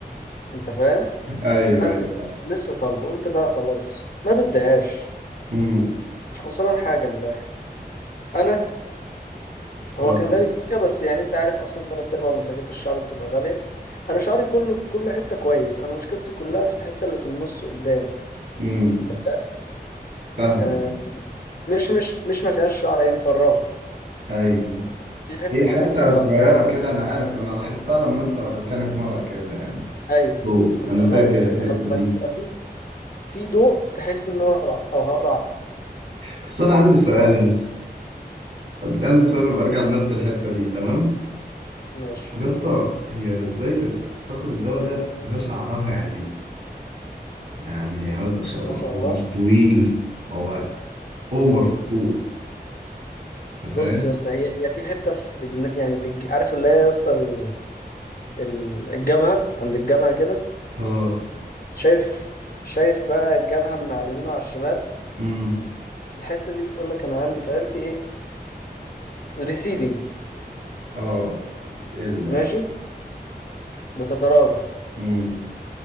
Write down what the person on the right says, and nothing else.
<laughs> ايوه
ايوه فاهم.
مم.
فاهم.
مم.
فاهمك
ايوه أيوه.
هي
حتة
صغيرة كده انا عارف انا لاحظتها لما انت وريتني في مرة كده يعني
فوق
انا فاكر الحته
دي
بس انا عندي سؤال
بس عندي سؤال ببقى ارجع لنفس الحته دي تمام
يا اسطى هي ازاي بتاخد الدواء ده وهي شعرها يعني يعني ما شاء الله
هو
مش طويل هو اوفر في الطول انت فاهم
اه
امم
اه ال
امم